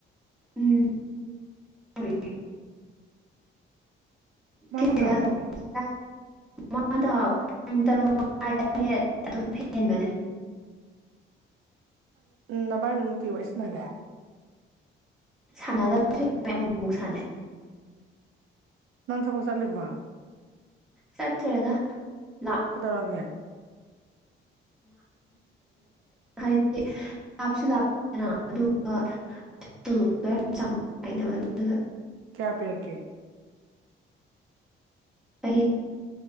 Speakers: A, in the centre; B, on the right.
A: ꯎꯝ <unintelligible>
B: ꯃꯥ
A: <unintelligible>
B: ꯄꯨꯡ ꯀꯌꯥꯃꯨꯛ ꯇꯧꯒꯦ
A: ꯄꯨꯡ ꯇꯔꯨꯛ ꯃꯈꯥꯏ ꯑꯗꯨꯝ ꯍꯦꯟꯕꯅꯦ
B: ꯅꯕꯅꯤ ꯅꯨꯡꯇꯤ ꯋꯥꯔꯤ ꯁꯅꯔꯦ
A: ꯁꯥꯟꯃ ꯑꯃꯨꯛ ꯁꯅ
B: ꯅꯪ ꯊꯕꯛ ꯆꯠꯂꯤꯕꯔꯥ
A: ꯆꯠꯦꯗ ꯂ
B: ꯀꯩꯗꯧꯔꯒꯦ
A: ꯍꯥꯏꯗꯤ ꯂꯥꯞꯁꯨ ꯂꯥꯞꯄꯅ ꯑꯗꯨꯒ ꯇꯣꯂꯣꯞꯄ ꯌꯥꯝ ꯆ ꯉꯥꯏꯗꯕ ꯑꯗꯨ
B: ꯀꯄꯌꯥ ꯀꯦ
A: ꯁ